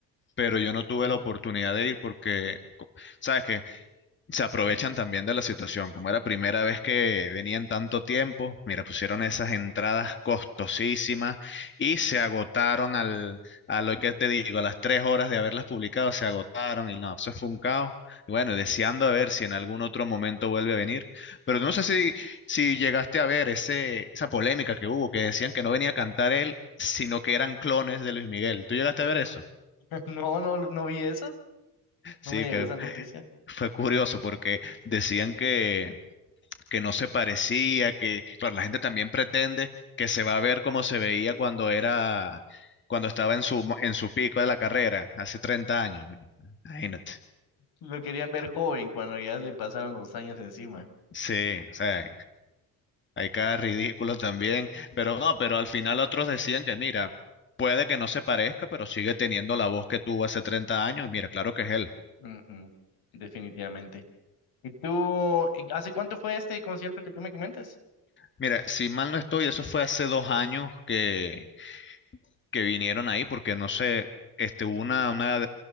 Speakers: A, on the left; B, on the left.
A: pero yo no tuve
B: Mm,
A: la oportunidad de ir porque, co- sabes que se aprovechan también de la situación. Como era primera vez que venían tanto tiempo, mira, pusieron
B: ujú,
A: esas entradas costosísimas y se agotaron al, a lo que te digo, a las tres horas de haberlas publicado, se agotaron y no, eso fue un caos. Y bueno, deseando a ver si en algún otro momento vuelve a venir. Pero no sé si, si
B: ya.
A: llegaste a ver ese, esa polémica que hubo, que decían que no venía a cantar él, sino que eran clones de Luis Miguel. ¿Tú llegaste a ver eso?
B: <laughs> No, no, no vi eso,
A: Sí,
B: no me llegó
A: que
B: esa noticia.
A: Fue curioso porque decían que, que no se parecía, que, claro, la gente también pretende que se va a ver como se veía cuando era, cuando estaba en su, mo- en su pico de la carrera, hace 30 años. mi- Imagínate.
B: Lo querían ver joven cuando ya le pasaron los años encima.
A: Sí, o sea, hay cada ridículo también, pero no, pero al final otros decían que, mira, puede que no se parezca, pero sigue teniendo la voz que tuvo hace 30 años. Mira, claro que es él.
B: Ujú, definitivamente. ¿Y tú, y hace cuánto fue este concierto que tú me comentas?
A: Mira, si mal no estoy, eso fue hace dos años que que vinieron ahí, porque no sé, este, hubo una, una,